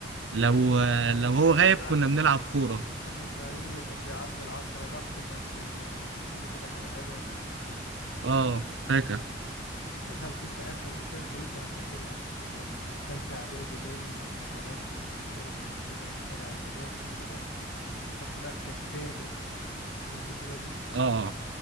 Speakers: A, on the right; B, on the left.
A: لو
B: وكان ساعتها
A: آه، لو
B: ال-
A: هو
B: اللي
A: غايب
B: بيعدي
A: كنا بنلعب كورة
B: لما كنا صغيرين اللي كان بيعدي العشرة ضغط كان بيديله كده حاجه حلوه
A: اه فاكر
B: دخلت انت اخر مشاركه ليك انا فاكرها كنا في تالتة اعدادي باين وانت قررت ان انت تشارك في بطوله تبع المدارس كده خدت مركز تاني في البطوله دي
A: اه